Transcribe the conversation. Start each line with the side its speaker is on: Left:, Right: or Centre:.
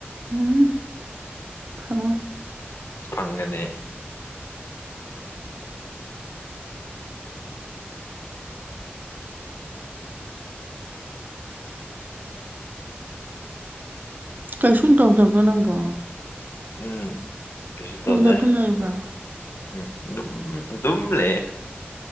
Right: ꯎꯝ ꯐꯪꯉꯣꯏ
Left: ꯐꯪꯒꯅꯤ
Right: ꯀꯩꯁꯨꯝ ꯇꯧꯗꯕꯔꯣ ꯅꯪꯕꯣ
Left: ꯎꯝ ꯀꯩꯁꯨ
Right: ꯌꯨꯝꯗ
Left: ꯇꯧꯗꯦ
Right: ꯑꯗꯨꯝ ꯂꯩꯕꯔꯣ
Left: ꯎꯝ ꯂꯨꯝ ꯑꯗꯨꯝ ꯂꯩꯌꯦ